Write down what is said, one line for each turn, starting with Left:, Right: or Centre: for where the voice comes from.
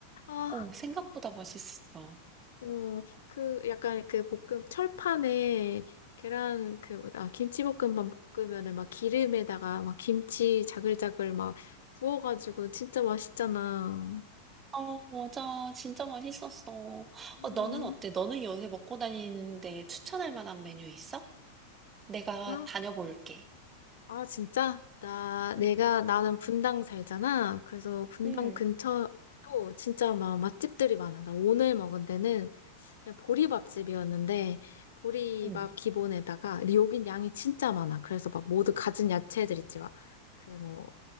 Left: 아,
Right: 어, 생각보다 맛있었어.
Left: 어, 그 약간 그 볶음, 철판에 계란, 그, 뭐- 아, 김치볶음밥 볶으면은 막 기름에다가 막 김치 자글자글 막 구워가지고 진짜 맛있잖아.
Right: 어, 맞아. 진짜 맛있었어.
Left: 음,
Right: 어, 너는 어때? 너는 요새 먹고 다니는데 추천할 만한 메뉴 있어? 내가
Left: 나?
Right: 다녀볼게.
Left: 아, 진짜? 나, 내가,
Right: 응,
Left: 나는 분당 살잖아. 그래서 분당
Right: 응,
Left: 근처도 진짜 막 맛집들이 많아. 나 오늘 먹은 데는 그냥 보리밥집이었는데, 보리밥
Right: 응.
Left: 기본에다가, 근데 여긴 양이 진짜 많아. 그래서 막 모두 가진 야채들 있지. 막, 그 뭐,